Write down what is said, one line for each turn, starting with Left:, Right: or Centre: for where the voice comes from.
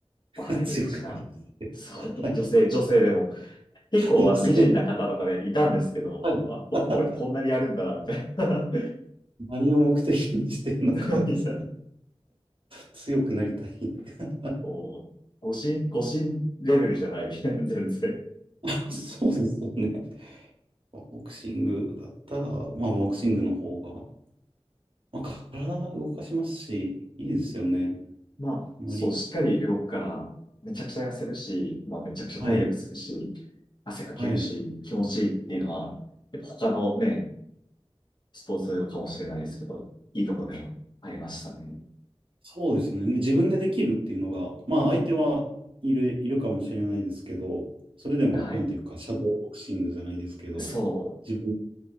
Right: <laughs>
Left: ぱ入りがちな、
Right: 強くなりたいって。
Left: そう、
Right: はい。
Left: 女性、女性でも、結構あの美人な方とかね、
Right: 女性、
Left: いたんですけど、
Right: はい。
Left: あ、ここれこんなにやるんだな、
Right: <laughs>
Left: みたいな。
Right: 何を目的にしてんのかですね、
Left: <laughs> いや、
Right: 強くなりたいって。
Left: こう、誤信、誤信レベルじゃない、<laughs> 全然。
Right: <laughs> そうですよね。ボクシングだったら、まあ、ボクシングの方が、まあ、体を動かしますし、いいですよね。
Left: まあ、
Right: あんまり、
Left: そう、しっかり動くから、めちゃくちゃ痩せるし、まあ、めちゃくちゃ体力つくし、
Right: はい、
Left: 汗かけるし、
Right: はい。
Left: 気持ちいいっていうのは、やっぱ他のね、スポーツかもしれないですけど、いいとこでもありましたね。
Right: そうですね。で自分でできるっていうのが、まあ、相手はいる、いるかもしれないですけど、それでも、
Left: はい。
Right: なんていうか、シャドーボクシングじゃないですけど、
Left: そ
Right: 自分で